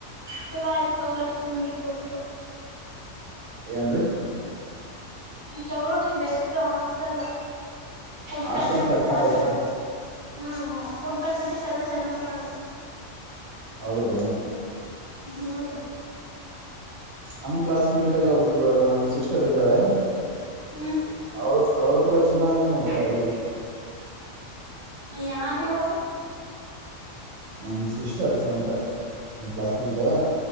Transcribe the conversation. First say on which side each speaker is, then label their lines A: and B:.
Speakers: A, on the right; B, on the right.
A: ಚಲೋ ಆಯ್ತು ವರ್ಷ ಮು ಕೊಟ್ಟ
B: ಏನ್ರರಿ
A: ಚಲೋ ಬೆಸ್ಟಲ್ಲ ಫುಡ್
B: ಹಾಸ್ಟೆಲ್
A: ಫೆಸಿಲಿಟಿಸಸ್
B: ಚೆನ್ನಾಗ್
A: ಎಲ್ಲ
B: ಐತ್ರಿ
A: ಚಲೋ ಹ್ಮ್ ಫುಡ್ ಫೆಸಿಲಿಟೀಸ್ ಎಲ್ಲ ಚೆನ್ನಾಗ ಅದು
B: ಹೌದ್ರೀ
A: ಮೂರು
B: ನಮ ಕ್ಲಾಸ್ ಮೇಟ್ ಅಲ್ಲಿ ಒಬ್ರು ನಮ ಸಿಸ್ಟರ್ ಇದ್ದಾಳೆ
A: ಹ್ಮ್
B: ಅವ್ ಅವ್ರು ಕೂಡ ಚೆನ್ನಾಗಿ ಮಾಡ್ತಾರೆ ಅಡುಗೆ
A: ಯಾರ ದಿವಸ
B: ನಮ ಸಿಸ್ಟರ್ ಸ್ವಂತ ನ ಕ್ಲಾಸ್ ಮೆಂಚ